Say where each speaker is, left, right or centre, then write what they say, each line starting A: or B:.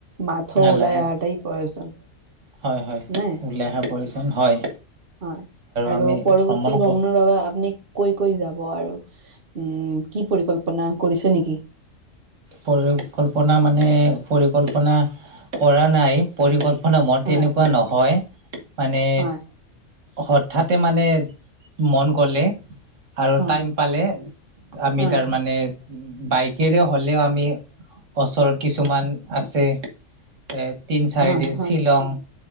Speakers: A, on the right; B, on the right.
A: মাথো
B: নালাগে
A: ওলাই অহাটাই প্ৰয়োজন।
B: হয়' হয়'
A: নে
B: উলাই অহা প্ৰয়োজন হয়।
A: হয় 'আৰু
B: আমি
A: পৰৱৰ্তী
B: ভ্ৰমণ
A: ভ্ৰমণৰ বাবে আপনি কৈ কৈ যাব আৰু, উম' কি পৰিকল্পনা কৰিছে নেকি?
B: পৰিকল্পনা মানে, পৰিকল্পনা কৰা নাই। পৰিকল্পনা মোৰ
A: হয়
B: তেনেকুৱা নহয়, মানে
A: হয়
B: হঠাতে মানে মন গ'লে, আৰু
A: হয়
B: টাইম পালে, আমি
A: হয়
B: তাৰ মানে বাইক কেৰে হ'লেও আমি ওচৰত কিছুমান আছে। এ তিন চাৰি
A: হয়
B: দিন শ্বিলং,
A: হয়